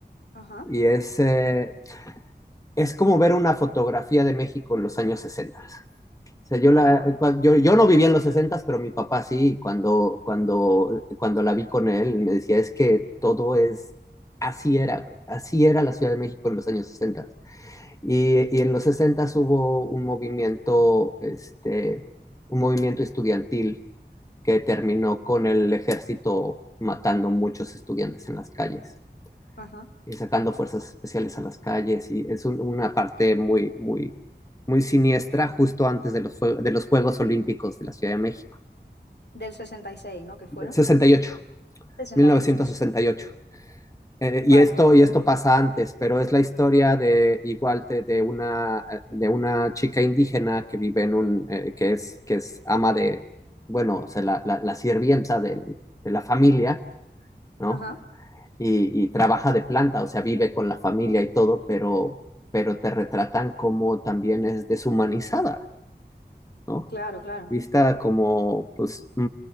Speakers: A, on the left; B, on the left.
A: Ajá.
B: y es, eh, es como ver una fotografía de México en los años 60. O sea, yo, la,
A: Ala.
B: eh, cua- yo, yo no vivía en los 60, pero mi papá sí, y cuando, cuando, cuando la vi con él, me decía, es que todo es, así era, así era la Ciudad de México en los años 60. Y, y en los 60 hubo un movimiento, este, un movimiento estudiantil que terminó con el ejército matando muchos estudiantes en las calles
A: Ajá.
B: y sacando fuerzas especiales a las calles y es un, una parte muy, muy, muy siniestra justo antes de los, de los Juegos Olímpicos de la Ciudad de México.
A: Del 66, ¿no? Que fueron?
B: 68,
A: sesenta
B: 1968.
A: y ocho, eso.
B: Eh,
A: Vale,
B: y, esto,
A: vale.
B: y esto pasa antes, pero es la historia de igual de, de una, eh, de una chica indígena que vive en un, eh, que, es, que es ama de, bueno, o sea, la, la, la sirvienta del, de la familia, ¿no?
A: Ajá.
B: y, y trabaja de planta, o sea, vive con la familia y todo, pero, pero te retratan como también es deshumanizada, ¿no?
A: Claro, claro.
B: Vista como, pues, mm,